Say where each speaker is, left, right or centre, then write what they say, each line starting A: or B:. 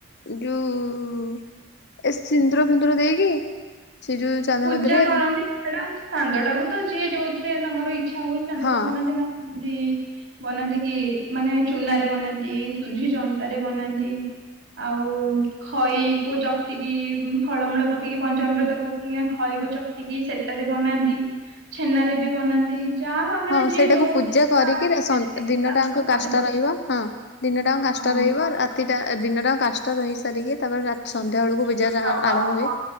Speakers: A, on the left (about 60°); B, on the right (about 70°).
A: ଯୋଉ ଏ ସିନ୍ଦୁର ଫିନ୍ଦୁର ଦେଇକି ସେ ଯୋଉ ଚାନ୍ଦା
B: ପୂଜା
A: ମଧ୍ୟରେ
B: କରନ୍ତି ସେଟା ଚାନ୍ଦ ଟାକୁ ତ ଯିଏ ଯୋଉଥିରେ ତାଙ୍କର ଇଚ୍ଛା ହୁଏ ଚାନ୍ଦକୁ
A: ହଁ
B: ବନାନ୍ତି। ମା ଦି ବନାନ୍ତି କି ମାନେ ଚୁନାରେ ବନାନ୍ତି। ସୁଝି ଜନ୍ତାରେ ବନାନ୍ତି। ଆଉ ଖଇ କୁ ଚକଟିକି ଉଁ, ଫଳମୂଳ ପକେଇକି, ପଞ୍ଚାମୃତ ପ କିଆଁ ଖଇକୁ ଚକଟିକି ସେଟାରେ ବନାନ୍ତି। ଛେନାରେ ବି ବନାନ୍ତି। ଯାହା ମାନେ
A: ହଁ
B: ଯିଏ
A: ସେଇଟାକୁ
B: ଯୋଉଥିରେ
A: ପୂଜା କରିକିରି
B: ପାଆନ୍ତି
A: ଏ
B: ସେ
A: ସନ୍
B: ସେଇ
A: ଏ ଦିନ
B: ଚାନ୍ଦକୁ
A: ଟାଙ୍କ
B: ବନାନ୍ତି।
A: କାଷ୍ଟା ରହିବ, ହଁ। ଦିନଟା ଯାଙ୍କ କାଷ୍ଟା
B: ହଁ
A: ରହିବ। ରାତି ଟା ଏ ଦିନ ଟା କାଷ୍ଟା ରହି ସାରିକି ତାପରେ ରା-ସନ୍ଧ୍ୟା ବେଳକୁ ପୂଜା
B: ହଉ
A: ଯାହା
B: ଆଉ
A: ଆରମ୍ଭ
B: ହଉ
A: ହୁଏ